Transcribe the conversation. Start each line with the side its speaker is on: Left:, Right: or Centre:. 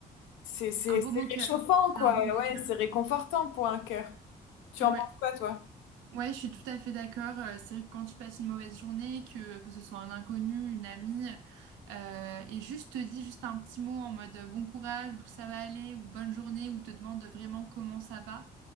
Left: c'est, c'est,
Right: Un beau
Left: c'est
Right: moqueur.
Left: réchauffant,
Right: C'est
Left: quoi.
Right: un beau moqueur.
Left: Ouais, c'est réconfortant pour un cœur. Tu
Right: Ouais.
Left: en penses quoi, toi?
Right: Ouais, je suis tout à fait d'accord. Euh, C'est vrai que quand tu passes une mauvaise journée, que, que ce soit un inconnu, une amie, euh, et juste te dit juste un petit mot en mode euh, bon courage, ou ça va aller, ou bonne journée, ou te demande vraiment comment ça va.